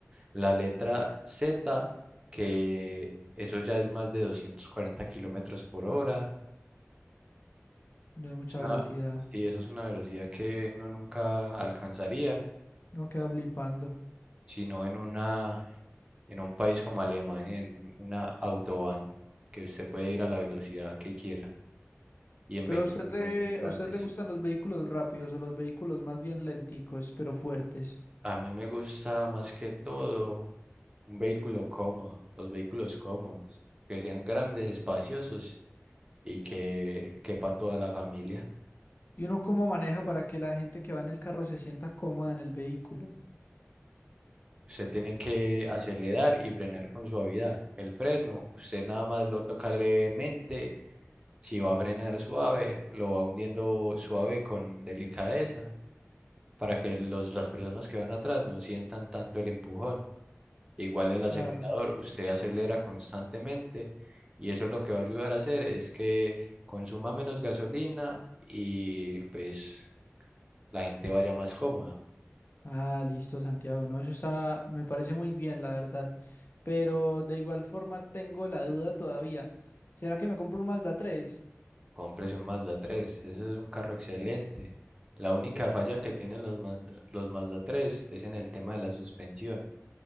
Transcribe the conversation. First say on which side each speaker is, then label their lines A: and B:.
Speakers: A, on the right; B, on the left.
A: La letra Z, que eso ya es más de 240 kilómetros por hora.
B: No es mucha
A: Es una,
B: velocidad.
A: sí, eso es una velocidad que uno nunca alcanzaría,
B: No queda flipando.
A: sino en una, en un país como Alemania, en una autobahn, que usted puede ir a la velocidad que quiera y en
B: Pero
A: vehículos
B: a usted le,
A: muy grandes.
B: a usted le gustan los vehículos rápidos o los vehículos más bien lenticos, pero fuertes.
A: A mí me gusta más que todo un vehículo cómodo, los vehículos cómodos, que sean grandes, espaciosos y que quepa toda la familia.
B: ¿Y uno cómo maneja para que la gente que va en el carro se sienta cómoda en el vehículo?
A: Usted tiene que acelerar y frenar con suavidad. El freno, usted nada más lo toca levemente Si va a frenar suave, lo va hundiendo suave con delicadeza para que los, las personas que van atrás no sientan tanto el empujón. Igual el
B: Claro.
A: acelerador, usted acelera constantemente y eso lo que va a ayudar a hacer es que consuma menos gasolina y pues la gente vaya más cómoda.
B: Ah, listo, Santiago. No, eso está, me parece muy bien, la verdad. Pero de igual forma tengo la duda todavía. ¿Será que me compro un Mazda tres
A: Cómprese un Mazda 3, ese es un carro excelente. La única falla que tienen los Mazda, los Mazda 3 es en el tema de la suspensión.